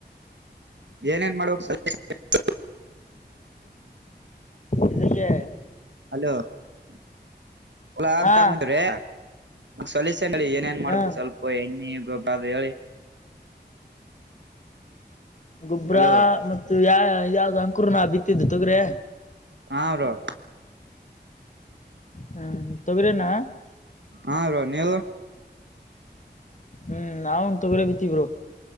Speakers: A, on the right; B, on the left.
A: ಏನೇನ್ ಮಾಡುವಕ್ ಸ ಹ <inaudible>
B: ಇದಕ್ಕೆ
A: ಹಲೋಲಾಬ್ಂತ್ರೀ
B: ಹಾ
A: ಸಲ ಹೇಳಿ ಏನೇನ್ ಮಾಡ್ಬೇಕು
B: ಹಾ
A: ಸ್ವಲ್ಪ ಎಣ್ಣಿ ಗೊಬ್ಬ ಅದು ಹೇಳಿ
B: ಗೊಬ್ಬ್ರ
A: ಹಲೋ
B: ಮತ್ತು ಯ ಯಾವ್ದ ಅಂಕುರ್ ನಾ ಬಿತ್ತಿದ್ದು ತೊಗ್ರೆ
A: ಹಾರು
B: ಹ ತಗರನಾ
A: ಹಾ ನೀ
B: ಹ್ಮ್ ನನ್ ತೊಗ್ರೇ ಬಿತ್ತಬ್ರು